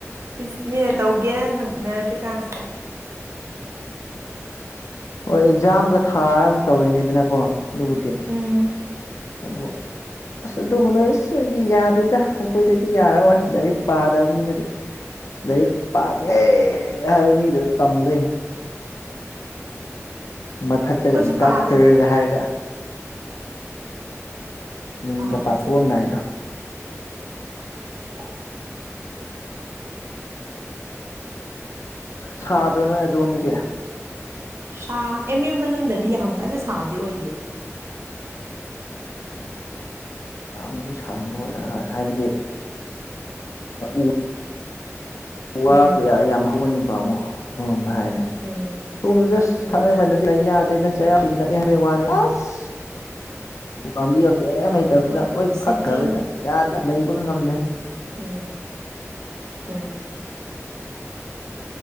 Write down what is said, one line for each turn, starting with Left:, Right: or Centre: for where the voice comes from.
Right: ꯏꯁ ꯃꯤꯅ ꯇꯧꯒꯦꯅ ꯐꯪꯅꯔꯗ꯭ꯔꯤ ꯀꯥꯟꯁꯤꯗ
Left: ꯍꯣꯏ ꯑꯦꯛꯖꯥꯝꯒ ꯊꯥꯔ ꯑꯃꯨꯛ ꯇꯧꯔꯤꯅꯦꯗꯅꯀꯣ ꯑꯗꯨꯕꯨꯗꯤ
Right: ꯎꯝ
Left: ꯑꯗꯨ ꯑꯁ ꯑꯗꯨꯒꯕꯨ ꯅꯣꯏ ꯑꯁ ꯑꯩꯗꯤ ꯌꯥꯗꯦꯗ ꯑꯩꯈꯣꯏꯗꯗꯤ ꯌꯥꯔꯑꯣꯏ ꯂꯥꯏꯔꯤꯛ ꯄꯥꯗꯕ ꯃꯤꯗꯗꯤ ꯂꯥꯏꯔꯤꯛ ꯄꯥꯒꯦ ꯍꯥꯏꯕ ꯃꯤꯗꯨ ꯇꯝꯗꯣꯏꯅꯤ ꯃꯊꯛꯇꯒ
Right: ꯑꯩꯈꯣꯏꯁꯨ
Left: ꯗꯥꯛꯇꯔꯒ
Right: ꯄꯥꯗꯦꯗ
Left: ꯍꯥꯏꯔꯒ ꯃꯤꯡꯒ
Right: ꯄꯥꯗ꯭ꯔꯁꯨ
Left: ꯄꯥꯊꯣꯛꯑꯝꯗꯥꯏꯗꯣ
Right: <inaudible>
Left: ꯁꯥꯗ꯭ꯔꯣꯏ ꯅꯣꯏ ꯑꯗꯨꯔꯣꯝꯗꯗꯤ
Right: ꯁꯥ ꯑꯦꯝ ꯌꯨ ꯃꯅꯨꯡꯗꯗꯤ ꯌꯥꯝ ꯀꯟꯅ ꯁꯥꯕꯗꯤ ꯑꯣꯏꯗꯦ
Left: ꯌꯥꯝꯅꯗꯤ ꯁꯥꯔꯝꯕ ꯑꯣꯏꯔ ꯍꯣꯏ ꯍꯥꯏꯕꯗꯤ <unintelligible> ꯋꯥ
Right: ꯎꯝ
Left: ꯀꯌꯥ ꯌꯥꯝ ꯍꯧꯕꯅꯤꯅꯀꯣ ꯑꯃꯛ ꯑꯃꯔꯣꯝꯗ ꯍꯥꯏꯔꯅꯦ
Right: ꯎꯝ
Left: ꯁꯣꯝ ꯖꯁ
Right: ꯎꯝ
Left: ꯈꯠꯅꯕꯅꯥ ꯂꯩ ꯌꯥꯗ꯭ꯔꯦꯗ ꯆꯩꯔꯥꯎ ꯅꯥꯛꯑꯦ ꯍꯥꯏꯕꯩ ꯋꯥꯅꯦ ꯑꯁ ꯎ ꯄꯥꯝꯕꯤꯒꯥ ꯀꯦꯝ ꯂꯩ ꯂꯩꯇꯕꯅꯤꯅ
Right: ꯍꯣꯏ
Left: ꯂꯣꯏ
Right: ꯁꯤꯇꯤꯅꯤ
Left: ꯐꯛꯈ꯭ꯔꯕꯅꯤꯅ ꯌꯥꯗꯅ ꯂꯩꯕꯒ ꯉꯝꯗꯦ
Right: ꯎꯝ ꯎꯝ